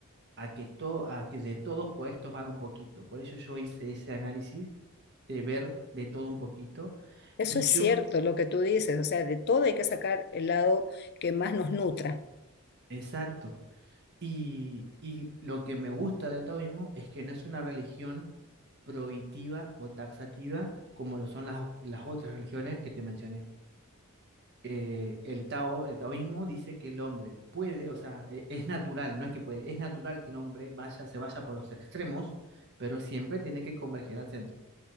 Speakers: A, on the right; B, on the left.
A: a que todo, a que de todos puedes tomar un poquito. Por eso yo hice ese análisis de ver de todo un poquito.
B: Eso
A: Y
B: es cierto,
A: yo,
B: lo que tú dices, o sea, de todo hay que sacar el lado que más nos nutra.
A: exacto. Y, y lo que me gusta del taoísmo es que no es una religión prohibitiva o taxativa como lo son las, las otras religiones que te mencioné. eh, el Tao, el taoísmo dice que el hombre puede, o sea, e- es natural, no es que puede, es natural que el hombre vaya, se vaya por los extremos, pero siempre tiene que converger al centro.